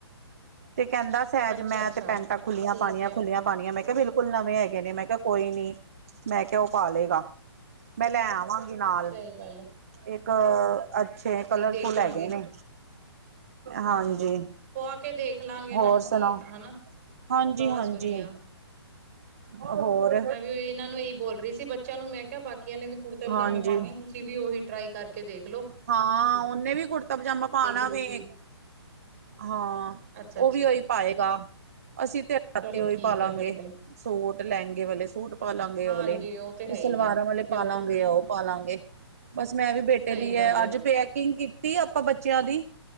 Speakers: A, on the right; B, on the right.
A: ਤੇ ਕੈੰਦਾ ਸਜ
B: ਅੱਛਾ
A: ਮੈਂ
B: ਅੱਛਾ
A: ਤੇ ਪੈਂਟਾਂ ਖੁੱਲੀਆਂ
B: ਠੀਕ
A: ਪਾਉਣੀਆਂ
B: ਹੈ
A: ਖੁੱਲੀਆਂ ਪਾਣੀਆਂ ਮੈਂ ਕਿਹਾ ਬਿਲਕੁਲ ਨਵੇਂ ਹੈਗੇ ਨੇ ਮੈਂ ਕਿਹਾ ਕੋਈ ਨੀ। ਮੈਂ ਕਿ ਉਹ ਪਾ ਲਏਗਾ, ਮੈਂ ਲੈ ਆਵਾਂਗੀ ਨਾਲ।
B: ਸਈ ਗੱਲ ਐ।
A: ਇੱਕ ਅੱਛੇ ਕਲਰਫੁਲ
B: ਦੇਖ ਲਾਂਗੇ
A: ਹੈਗੇ ਨੇ।
B: ਹਾਂ
A: ਹਾਂਜੀ,
B: ਪਵਾ ਕੇ ਦੇਖ ਲਾਂਗੇ ਇਹਨਾਂ
A: ਹੋਰ
B: ਨੂੰ ਕੀ
A: ਸੁਣੋ।
B: ਹਨਾ
A: ਹਾਂਜੀ,
B: ਬਸ
A: ਹਾਂਜੀ।
B: ਵਧੀਆ
A: ਅ ਹੋਰ?
B: ਮੈਂ ਵੀ ਔਈ ਇਨਾਂ ਨੂੰ ਏਹੀ ਬੋਲ ਰੀ ਸੀ ਬੱਚਿਆਂ ਨੂੰ ਮੈਂ ਕਿਹਾ ਬਾਕੀਆਂ ਨੇ ਵੀ ਕੁੜਤੇ‌ ਪਜਾਮੇ
A: ਹਾਂਜੀ
B: ਪਾਨੇ, ਤੁਸੀਂ ਵੀ ਓਹੀ ਟਰਾਈ ਕਰਕੇ ਦੇਖਲੋ।
A: ਹਾਂ, ਓਹਨੇ ਵੀ ਕੁੜਤਾ-ਪਜਾਮਾ ਪਾਣਾ
B: ਰਹੀ
A: ਵੇ।
B: ਸੀ।
A: ਹਾਂ,
B: ਅੱਛਾ-ਅੱਛਾ
A: ਓਹ ਵੀ ਓਹੀ ਪਾਏਗਾ ਅਸੀਂ ਤੇ ਰਾਤੀ
B: ਚਲੋ
A: ਓਹੀ
B: ਠੀਕ
A: ਪਾਲਾਂਗੇ।
B: ਹੈ ਫਿਰ ਤੇ।
A: ਸੂਟ ਲੈੰਗੇ ਵਾਲੇ ਸੂਟ ਪਾ ਲਾਂਗੇ
B: ਹਾਂਜੀ
A: ਔ ਵਾਲੇ
B: ਉਹ ਤੇ ਹੈ
A: ਏ
B: ਹੀ
A: ਸਲਵਾਰਾਂ
B: ਹੈ
A: ਵਾਲੇ
B: ਬਿਲਕੁਲ-ਬਿਲਕੁਲ
A: ਪਾ ਲਾਂਗੇ ਯਾ ਓਹ ਪਾ ਲਾਂਗੇ। ਬਸ ਮੈਂ ਵੀ ਬੇਟੇ
B: ਸਹੀ
A: ਦੀ
B: ਗੱਲ
A: ਐ
B: ਹੈ
A: ਅੱਜ ਪੈਅਕਿੰਗ ਕੀਤੀ ਅਪਾਂ ਬੱਚਿਆਂ ਦੀ